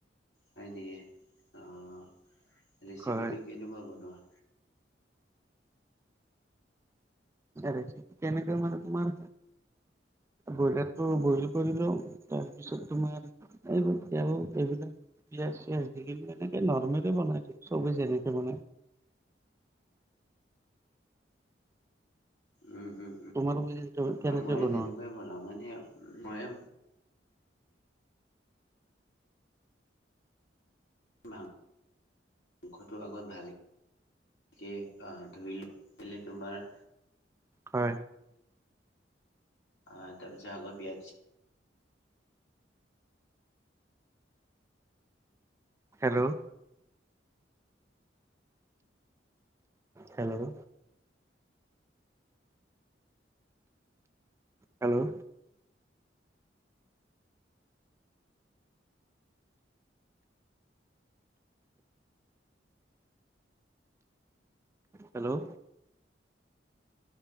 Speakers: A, on the left; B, on the right.
A: হয় নেকি অঁ ৰেচিপিটো
B: হয়
A: কেনেকুৱা বনোৱা?
B: ৰেচেপি কেনেকৈ মানে তোমাৰ ব্ৰইলাৰটো বইল কৰি লওঁ তাৰপিছত তোমাৰ এইবোৰ তেল এইবিলাক পিঁয়াজ চিয়াজ দি কিনে এনেকে নৰ্মেলে বনাই দিও চবেই যেনেকে বনাই।
A: উম
B: তোমালোকে কেনেকে
A: উম মইয়ো
B: বনোৱা
A: তেনেকুৱাই বনাওঁ মানে মইয়ো মাংস মাংসটো আগত বাজি কে ধুই লৈ পেলাই তোমাৰ
B: হয়
A: অ তাৰ পিছত আগৰ পিঁয়াজ
B: হেল্ল'অ হেল্ল' হেল্ল' হেল্ল'